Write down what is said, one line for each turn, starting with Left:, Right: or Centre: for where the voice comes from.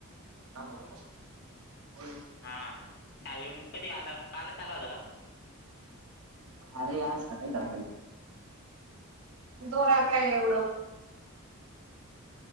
Right: ह बोल बोल
Left: हा चाले कधी आला काल चाला होता का
Right: अरे या स दखल ोरा काय एवढं